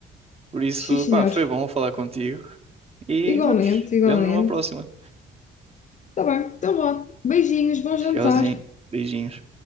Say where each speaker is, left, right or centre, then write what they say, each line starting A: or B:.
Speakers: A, on the right; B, on the left.
A: Por isso,
B: sim senhor.
A: pá, foi bom falar contigo. E
B: Igualmente,
A: vemos,
B: igualmente.
A: vemos numa próxima.
B: Tá bem, então vá, beijinhos, bom
A: Tchauzinho,
B: jantar.
A: beijinhos.